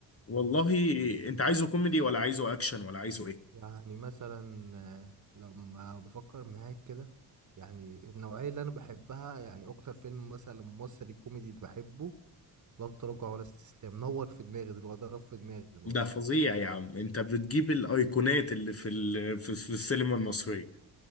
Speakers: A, on the left; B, on the right.
A: والله انت عايزه كوميدي ولا عايزه اكشن ولا عايزه ايه
B: يعني مثلا آه، لما بفكر معاك كده يعني النوعيه اللي انا بحبها يعني اكتر فيلم مثلا مصري كوميدي بحبه لا تراجع ولا استسلام نور في دماغي دلوقتي ضرب في دماغي دلوقتي
A: ده فظيع يا عم انت بتجيب الايقونات اللي في ال... في في السينما المصرية